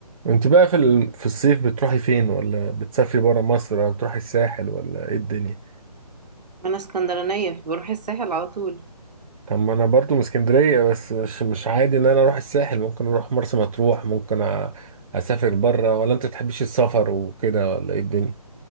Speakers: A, on the right (about 55°); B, on the right (about 80°).
A: انت بقى في ال- في الصيف بتروحي فين ولا بتسافري برا مصر ولا بتروحي الساحل ولا ايه الدنيا
B: ما انا اسكندرانيه بروح الساحل على طول
A: طب ما انا برضو من اسكندريه بس مش مش عادي ان انا اروح الساحل ممكن اروح مرسى مطروح ممكن أ- اسافر برا ولا انت بتحبيش السفر وكده ولا ايه الدنيا